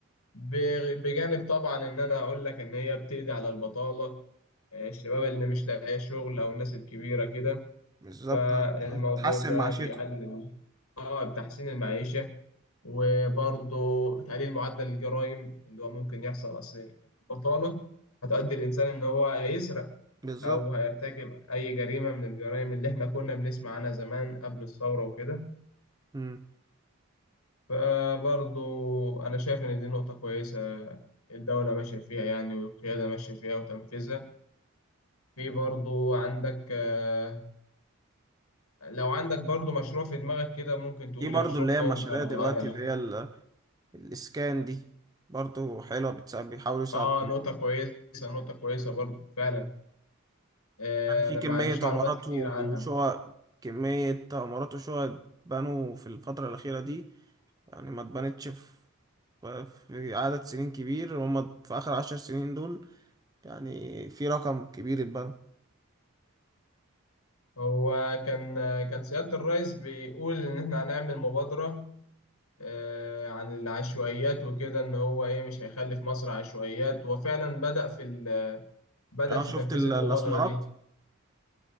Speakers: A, on the left; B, on the right.
A: ب- بجانب طبعا ان انا اقول لك ان هي بتقضي على البطاله آه، الشباب اللي مش لاقي شغل او الناس الكبيره كده
B: بالظبط
A: فالموضوع
B: هت- هتحسن
A: ده
B: معيشته
A: بيقلل اه بتحسين المعيشه وبرضه تقليل معدل الجرائم اللي هو ممكن يحصل اصل البطاله هتؤدي الانسان ان هو هيسرق
B: بالظبط
A: او هيرتكب اي جريمه من الجرائم اللي احنا كنا بنسمع عنها زمان قبل الثوره وكده
B: مم.
A: فبرضو أنا شايف إن دي نقطة كويسة الدولة ماشية فيها يعني والقيادة ماشية فيها وتنفيذها في برضو عندك آه، لو عندك برضو مشروع في دماغك كده ممكن تقولي
B: في برضو
A: مشروع
B: اللي هي
A: قومي
B: المشاريع
A: برضو
B: دلوقتي
A: أعمل
B: اللي هي ال- الإسكان دي برضو حلوة بتساعد بيحاولوا يساعدوا
A: آه
B: الناس.
A: نقطة كويسة نقطة كويسة برضو فعلا آه،
B: يعني في
A: أنا
B: كمية
A: ما عنديش معلومات
B: عمارات
A: كتير
B: وشقق
A: عنها
B: كمية عمارات وشقق بنوا في الفترة الأخيرة دي يعني ما اتبنتش في في عدد سنين كبير هما في آخر عشر سنين دول يعني في رقم كبير اتبنى
A: هو كان آه، كان سيادة الرئيس بيقول إن إحنا هنعمل مبادرة آه، عن العشوائيات وكده إن هو إيه مش هيخلي في مصر عشوائيات وفعلا بدأ في ال بدأ
B: اه
A: في
B: شفت
A: تنفيذ
B: ال-
A: المبادرة
B: الأسمرات
A: دي